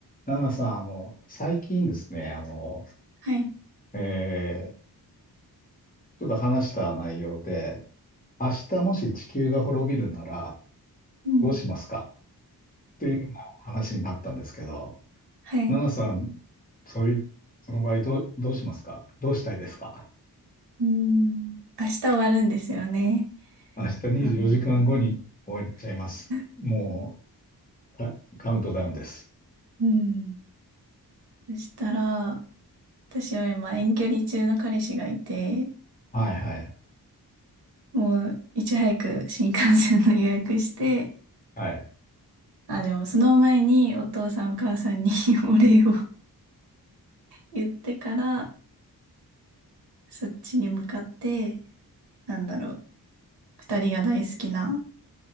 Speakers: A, on the left; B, on the right.
A: ナナさん、あの、最近ですね、あの、
B: はい。
A: えーちょっと話した内容で、明日もし地球が滅びるなら
B: うん。
A: どうしますかというような話になったんですけど、
B: はい。
A: ナナさん、そういう、その場合どう、どうしますかどうしたいですか
B: うん。明日終わるんですよね。
A: 明日24時間後に終わっちゃいます。
B: あー <laughs>
A: もう、カカウントダウンです。
B: うん。そしたら、私は今遠距離中の彼氏がいて、
A: はいはい。
B: もういち早く新幹線の予約して、
A: はい。
B: あ、でもその前にお父さんお母さんに <laughs> お礼を言ってから、そっちに向かって、なんだろう、二人が大好きな